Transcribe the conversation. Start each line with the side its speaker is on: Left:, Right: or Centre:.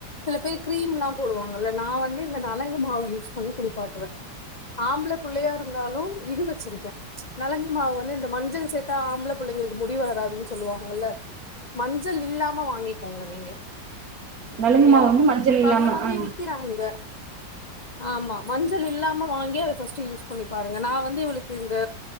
Left: சில பேர் கிரீம் லா போடுவாங்கல்ல நா வந்து இந்த நலங்கு மாவு யூஸ் பண்ணி குளிப்பாட்டுவே ஆம்பள புள்ளையா இருந்தாலு இது வெச்சிருக்கே நலங்கு மாவு வந்து இந்த மஞ்சள் சேத்தா ஆம்புள புள்ளைங்களுக்கு முடி வளராதுன்னு சொல்லுவாங்கல்ல மஞ்சள் இல்லாம வாங்கிக்கோங்க நீங்க
Right: நலங்கு
Left: சரியா
Right: மாவு வந்து மஞ்சள்
Left: இப்ப
Right: இல்லாம
Left: அந்த மாதிரி
Right: ஆ
Left: விக்கிறாங்க ஆமா மஞ்சள் இல்லாம வாங்கி அத ஃபர்ஸ்ட் யூஸ் பண்ணி பாருங்க நா வந்து இவுளுக்கு இந்த